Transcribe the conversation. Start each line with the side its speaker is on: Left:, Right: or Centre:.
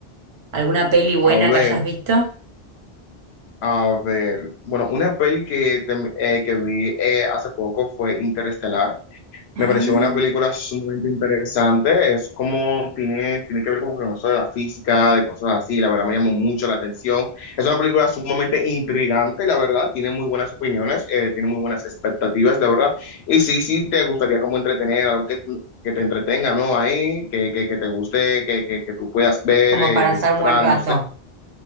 Right: ¿Alguna peli buena
Left: A ver,
Right: que hayas visto?
Left: a ver. Bueno, una peli que, te- eh, que vi eh, hace poco fue Interestelar.
Right: Ah,
Left: Me pareció una película sumamente interesante. Es como tiene, tiene que ver como con eso de la física, de cosas así. La verdad me llamó mucho la atención. Es una película sumamente intrigante, la verdad. Tiene muy buenas opiniones, eh, tiene muy buenas expectativas, la verdad. Y sí, sí, te gustaría como entretener, algo que, que te entretenga, ¿no? Ahí, que, que, que te guste, que, que, que tú puedas ver,
Right: como
Left: eh,
Right: para
Left: descifrar,
Right: hacer un buen rato.
Left: no sé.